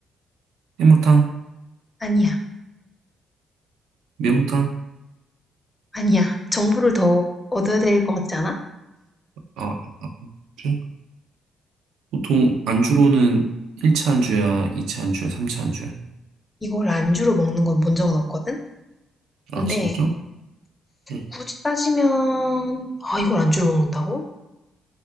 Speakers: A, on the right; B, on the left.
A: 해물탕?
B: 아니야.
A: 매운탕?
B: 아니야. 정보를 더 얻어야 될 것 같지 않아?
A: 아, 아, 그치? 보통 안주로는 1차 안주야, 2차 안주야, 3차 안주야.
B: 이걸 안주로 먹는 건 본 적은 없거든?
A: 아,
B: 근데,
A: 진짜? 응.
B: 굳이 따지면, 아, 이걸 안주로 먹는다고?